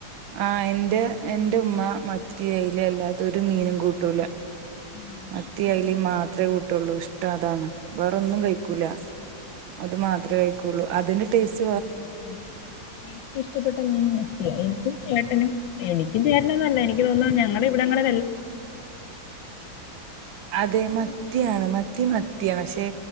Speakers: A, on the right (about 80°); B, on the left (about 75°).
A: ആഹ് എന്റെ എന്റെ ഉമ്മ മത്തി അയില അല്ലാതെ ഒര് മീനും കൂട്ടൂല
B: ഉം.
A: മത്തീം
B: അവിടെണ്ട്.
A: അയലേം മാത്രേ കൂ ട്ടുള്ളൂ ഇഷ്ടം അതാണ് വേറൊന്നും കഴിക്കൂല അത് മാത്രമേ കഴിക്കുള്ളൂ അതിന്റെ ടേസ്
B: എനിക്ക് ഏറ്റവും ഇഷ്ടപ്പെട്ട മീൻ മത്തിയാ എനി ചേട്ടനും എനിക്കും ചേട്ടനും എന്നല്ല എനിക്ക് തോന്നുന്നു ഞങ്ങടെ ഇവിടെങ്ങള്
A: അതെ മത്തിയാണ് മ മത്തി മത്തിയാ പക്ഷേ